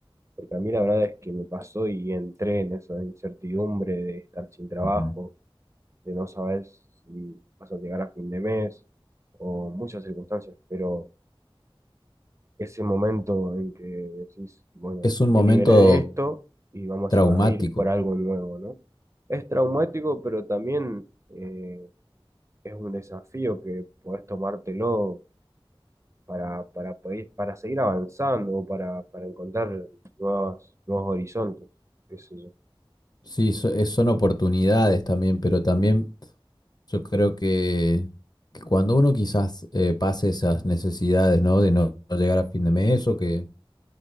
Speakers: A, on the right; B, on the left.
A: Porque a mí la verdad es que me pasó y entré en esa incertidumbre de estar sin trabajo,
B: ujú.
A: de no saber si vas a llegar a fin de mes o muchas circunstancias. Pero ese momento en que decís, bueno,
B: Es un momento
A: me liberé de esto y vamos
B: traumático.
A: a ir por algo nuevo, ¿no? Es traumático, pero también eh, es un desafío que podés tomártelo para, para, poder- para seguir avanzando o para, para encontrar nuevos, nuevos horizontes. qué sé yo.
B: Sí, so- es- son oportunidades también, pero también yo creo que, que cuando uno quizás eh, pase esas necesidades, ¿no? De no no llegar a fin de mes o que,